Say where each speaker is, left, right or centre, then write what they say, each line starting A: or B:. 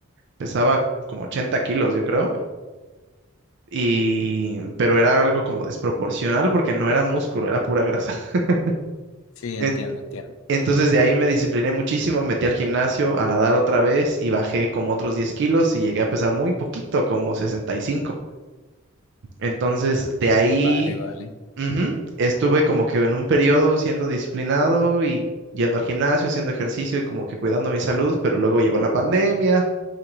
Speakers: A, on the right (about 60°); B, on the left (about 75°).
A: pesaba como 80 kilos, yo creo, y pero era algo como desproporcional porque no era músculo, era pura grasa. <laughs>
B: Sí,
A: En-
B: entiendo, entiendo.
A: Entonces de ahí me discipliné muchísimo, me metí al gimnasio a nadar otra vez y bajé como otros 10 kilos y llegué a pesar muy poquito, como sesenta y cinco Entonces de ahí
B: Vale, vale,
A: ujú, estuve como que en un periodo siendo disciplinado y yendo al gimnasio, haciendo ejercicio y como que cuidando mi salud, pero luego llegó la pandemia